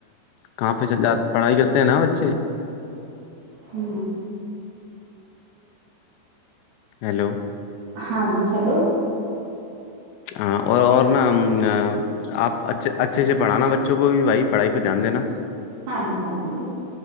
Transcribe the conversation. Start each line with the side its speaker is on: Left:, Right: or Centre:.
Left: کہاں پہ چل جات پڑھائی کرتے ہیں نا بچے
Right: ہ
Left: ہیلو
Right: <inaudible> ہاں جی ہیلو
Left: ہاں اور اور نہا آپ ا اچھے سے پڑھانا بچوں کو بھی بھائی پڑھائی پہ دھیان دینا
Right: ہاں جی ہاں جی